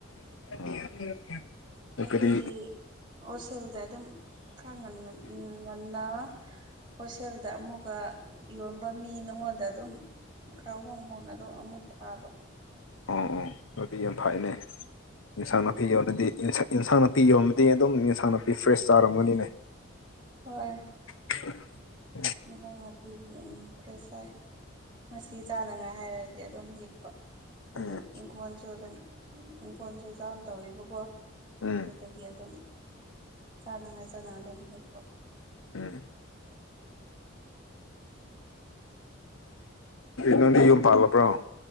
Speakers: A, on the left (about 80°); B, on the right (about 20°).
A: <inaudible>
B: ꯑꯩꯈꯣꯏꯗꯤ
A: ꯀꯔꯤ
B: ꯍꯣꯁꯦꯜꯗ ꯑꯗꯨꯝ ꯊꯉꯅꯤ ꯎꯝ ꯉꯅꯥ ꯍꯣꯁꯦꯜꯗ ꯑꯃꯨꯛꯀ ꯌꯣꯟꯕ ꯃꯤ ꯅꯉꯣꯟꯗ ꯑꯗꯨꯝ ꯈꯔꯍꯣꯡ ꯍꯣꯡꯅ ꯑꯗꯨꯝ ꯑꯃꯨꯛ ꯊꯥꯕ
A: ꯑꯣ ꯑꯣ ꯑꯗꯨꯗꯤ ꯌꯥꯝ ꯐꯅꯦ ꯏꯟꯁꯥꯡ
B: ꯎꯝ
A: ꯅꯥꯄꯤꯒꯤ ꯑꯣꯏꯅ ꯑꯣꯏꯅꯗꯤ ꯏꯟꯁꯥꯡ ꯅꯥꯄꯤ ꯌꯣꯟꯃꯗꯤ ꯑꯗꯨꯝ ꯏꯟꯁꯥꯡ ꯅꯥꯄꯤ ꯐ꯭ꯔꯦꯁ ꯆꯥꯔꯝꯒꯅꯤꯅꯦ
B: ꯍꯣꯏ
A: <inaudible>
B: ꯏꯟꯁꯥꯡ ꯅꯥꯄꯤ ꯌꯥꯝ ꯐ꯭ꯔꯦꯁ ꯁꯥꯏ ꯉꯁꯤ ꯆꯥꯅꯉꯥꯏ ꯍꯥꯏꯔꯗꯤ ꯑꯗꯨꯝ ꯌꯦꯛꯄ ꯑꯗꯨ
A: ꯎꯝ
B: ꯏꯪꯈꯣꯜꯁꯨ ꯑꯗꯨꯝ ꯏꯪꯈꯣꯜꯁꯨ ꯆꯥꯎꯅ ꯇꯧꯋꯤꯕꯀꯣ
A: ꯎꯝ
B: ꯑꯗꯨꯗꯒꯤ ꯑꯗꯨꯝ ꯆꯥꯅꯉꯥꯏ ꯆꯥꯅ ꯑꯗꯨꯝ ꯍꯦꯛꯄ
A: ꯎꯝ ꯅꯪꯗꯤ ꯌꯨꯝ ꯄꯥꯜꯂꯕ꯭ꯔꯣ